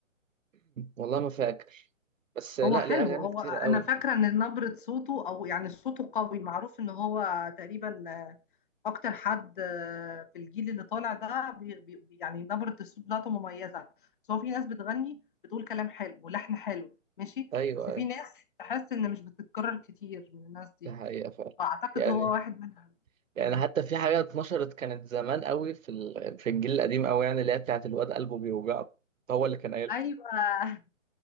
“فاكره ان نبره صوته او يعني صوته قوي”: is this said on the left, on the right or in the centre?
Left